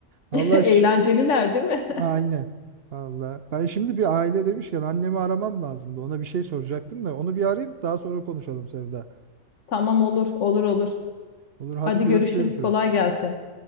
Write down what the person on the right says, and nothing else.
Allah
şi-
aynen. Allah. Ben şimdi bir aile demişken annemi aramam lazımdı. Ona bir şey soracaktım da onu bir arayayım daha sonra konuşalım Sevda.
Olur hadi
görüşürüz.